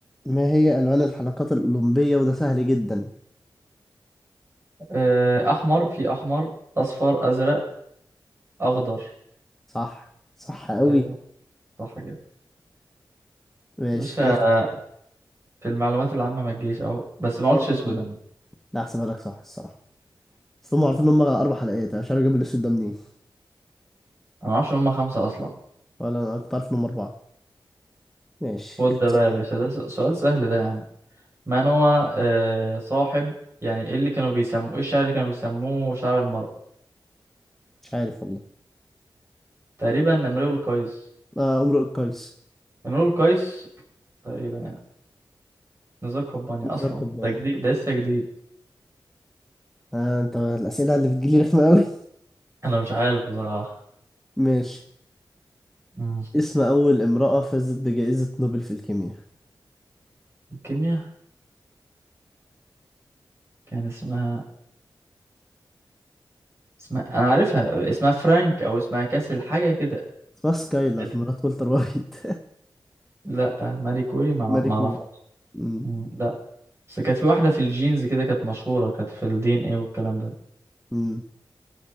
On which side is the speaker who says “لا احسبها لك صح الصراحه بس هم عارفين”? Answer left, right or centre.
Centre